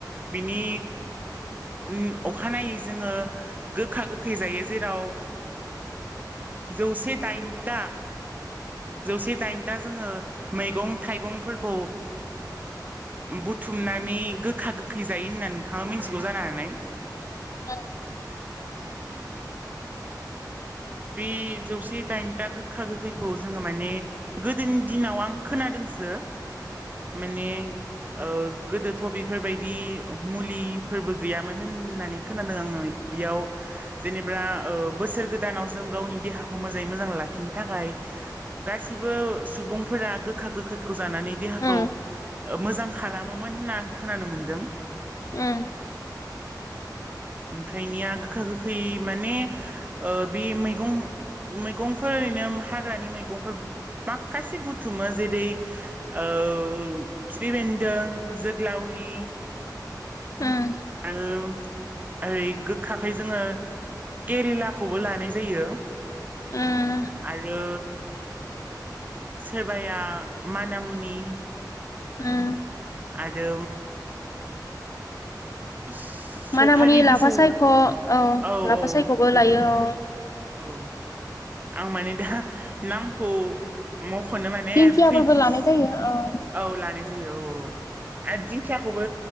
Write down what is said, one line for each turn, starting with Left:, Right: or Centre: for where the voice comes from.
Right: बिनि। उम अखानायै जोङो गोखा गोखै जायो जेराव। जौसे दाइनथा जौसे दाइनथा जोङो मैगं थाइगंफोरखौ बुथुमनानै गोखा गोखै जायो होनना नोंथाङा मिथिगौ जानो हानाय।
Left: औ
Right: उम बे जौसे दाइनथा गोखा गोखैखौ जोङो माने गोदोनि दिनाव आं खोनादोंसो माने ओ गोदोथ बि फोरबायदि मुलिफोरबो गैयामोन होननानै खोनादों आङो बेयाव जेनेबा ओ बोसोर गोदानाव जों गावनि देहाखौ मोजाङै मोजां लाखिनो थाखाय गासिबो सुबुंफोरा गोखा गोखैखौ जानानै देहाखौ
Left: उम
Right: मोजां खालामोमोन होनना आं खोनानो मोनदों।
Left: उम
Right: ओमफ्रायनिया गोखा गोखै माने ओ बे मैगं मैगंफोर ओरैनो हाग्रानि मैगंफोर माखासे बुथुमो जेरै ओ खिफि बेन्दों जोग्लावरि
Left: उम
Right: ओ ओरै गोखाखै जोङो केरिलाखौबो लानाय जायो।
Left: उम
Right: आरो सोरबाया माना मुनि
Left: उम
Right: आरो सफारि
Left: मानामुनि लाफा
Right: बिजौ
Left: सायख' औ
Right: औ
Left: लाफा
Right: औ
Left: सायख'बो
Right: बेफोर
Left: लायो औ
Right: औ आं माने दा नामखौ मखनो माने
Left: दिंखियाफोरबो
Right: फै औ
Left: लानाय जायो ओ
Right: लानाय जायो औ औ आरो दिंखियाखौबो